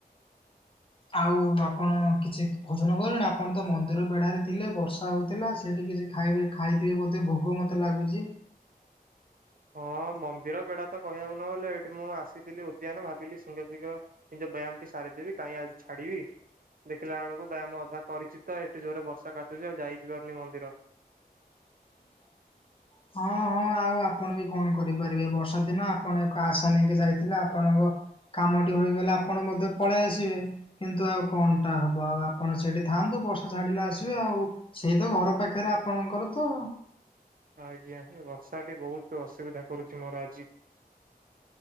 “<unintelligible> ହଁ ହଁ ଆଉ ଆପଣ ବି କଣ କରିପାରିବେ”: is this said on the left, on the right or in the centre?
Left